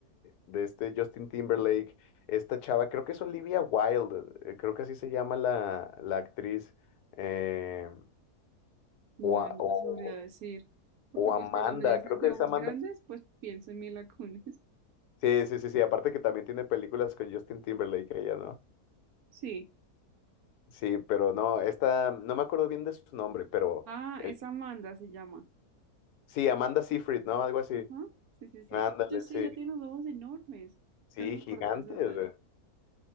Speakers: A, on the left; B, on the right.
A: de este Justin Timberlake. Esta chava, creo que es Olivia Wilde, eh, creo que así se llama la, la actriz. eh,
B: No,
A: o, a-
B: no
A: o-
B: te sabría decir. Porque
A: o
B: pues
A: Amanda,
B: cuando me dices
A: creo
B: de
A: que
B: ojos
A: es Amanda.
B: grandes, pues pienso en Mila Kunis. <laughs>
A: Sí, sí, sí, sí. Aparte que también tiene películas con Justin Timberlake, ella, ¿no?
B: Sí.
A: Sí, pero no, esta, no me acuerdo bien de su nombre, pero
B: Ah,
A: el-
B: es Amanda se llama.
A: sí, Amanda Seyfried, ¿no? Algo así.
B: Ajá. Sí, sí, sí.
A: Ándale,
B: Oye, sí,
A: sí.
B: ella tiene los ojos enormes.
A: Sí,
B: Yo no me
A: gigante.
B: acordaba de ese detalle.